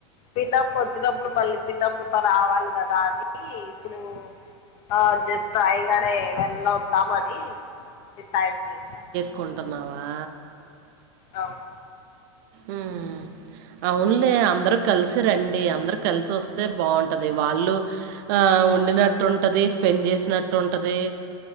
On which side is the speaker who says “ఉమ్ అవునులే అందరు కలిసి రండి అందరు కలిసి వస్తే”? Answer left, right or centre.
Right